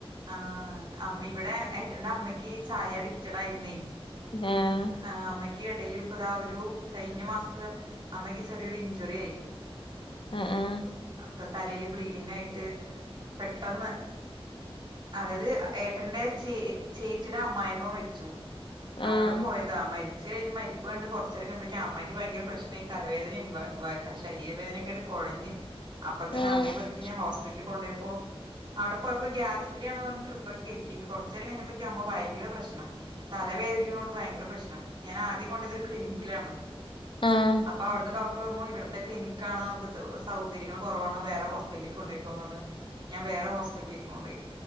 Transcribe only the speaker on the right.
ആഹ് അമ്മി ഇവിടെ ഏട്ടന്റെ അമ്മയ്ക്ക് ചായ അഡിക്റ്റഡ് ആയിരുന്നേ
ആഹ് അമ്മയ്ക്ക് എടേല് ഇപ്പ ഇതാ ഒരു കഴിഞ്ഞ മാസം അമ്മയ്ക്ക് ചെറിയൊരു ഇഞ്ച്വറി ആയി
അത് തലേല് ബ്ലീഡിങ് ആയിട്ട് പെട്ടെന്ന് അതായത് ഏട്ടന്റെ ചേ ചേച്ചീടെ അമ്മായിമ്മ മരിച്ചു അവിടെ
പോയതാ അ മരിച്ച കഴിഞ്ഞ് മരിപ്പ് കണ്ട് കുറച്ച് നേരക്കുമ്പളേക്ക അമ്മയ്ക്ക് ഭയങ്ക പ്രശ്നായി തവേദനയും ശരീര വേദനൊക്കെ എ കുഴഞ്ഞ് അപ്പ തന്ന
അമ്മയെ പെർക്കി ഞാൻ ഹോസ്പിറ്റ്ലീ കൊണ്ടോയപ്പോ അവിടെ പോയപ്പോ ഗ്യാസിന്റെ ആണെന്ന് പറഞ്ഞ് ട്രിപ് പ്പൊ കേറ്റി കൊറച്ചേരം കഴിഞ്ഞപ്പോഴേക്ക് അമ്മ ഭയങ്കര പ്രശ്നം തലവേദനയ കൊണ്ട് ഭയങ്കര പ്രശ്നം ഞാൻ ആദ്യം കൊണ്ടത് ഒരു ക്ലിനിക്കിലാണ്
അപ്പൊ അവിടുത്തെ ഡോക്ടർ പറഞ്ഞു ഇവിടുത്തെ ക്ലിനിക്കാണ് നമുക്ക് സൗകര്യങ്ങൾ കുറവാണ് വേറെ ഹോസ്പിറ്റ്ലീക്ക് കൊണ്ടോയ്ക്കോന്ന് പറഞ്ഞു ഞാൻ വേറെ ഹോസ്പിറ്റിലേക്ക് കൊണ്ടോയി